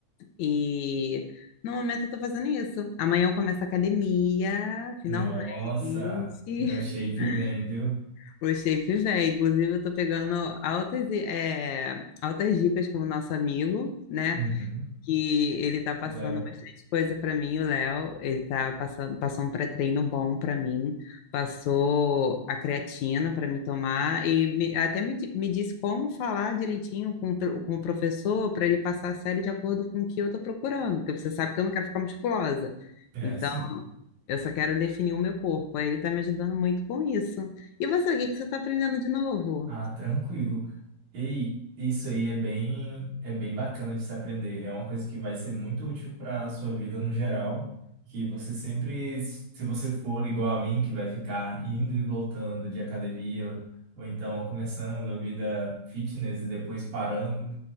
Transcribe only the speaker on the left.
E no momento eu tô fazendo isso. Amanhã eu começo a academia, finalmente.
<laughs>
O shape vem. Inclusive, eu tô pegando altas, eh, altas dicas com o nosso amigo, né?
que ele tá passando
bastante coisa pra mim, o Léo. Ele tá passando, passou um pré-treino bom pra mim, passou a creatina pra me tomar e me- até me, di- me disse como falar direitinho com, o pro- com o professor pra ele passar a série de acordo com o que eu tô procurando, porque você sabe que eu não quero ficar musculosa.
Então,
eu só quero definir o meu corpo. Aí ele tá me ajudando muito com isso. E você, o que que você tá aprendendo de novo?